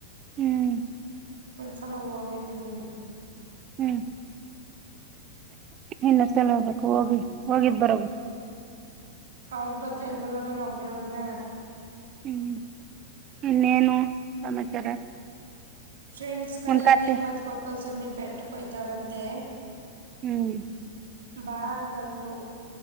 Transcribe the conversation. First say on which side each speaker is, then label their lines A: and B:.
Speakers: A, on the right; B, on the right.
A: ಹ್ಮ್
B: ಒಂದ್ಸಲ ಹೋಗಿದ್ದೀನಿ
A: ಹ್ಮ್ ಏನ್ ಅಷ್ಟೆಲ್ಲಾ ಹೋಗ್ಬೇಕ ಹೋಗಿ ಹೋಗಿದ್ ಬರೋಗು
B: ಅವ್ರು ಬರ್ತಾ ಇದ್ವಲ್ಲ ನಾನ ಒಬ್ಬಳೆ ಹೋಗ್ನ
A: ಹ್ಮ್ ಇನ್ನೇನು ಸಮಾಚಾರ
B: ಫ್ರೆಂಡ್ಸ್ ಗಳೆಲ್ಲಾ
A: ಉನ್ ಕತೆ
B: ಇಮ್ಮತ್ ಗೋಪಾಲ ಸ್ವಾಮಿ ಬೆಟ್ಟಕ್ ಹೋಯ್ತಾರಂತೆ
A: ಹ್ಮ್
B: ಬಾ ಅಂತಂದ್ರು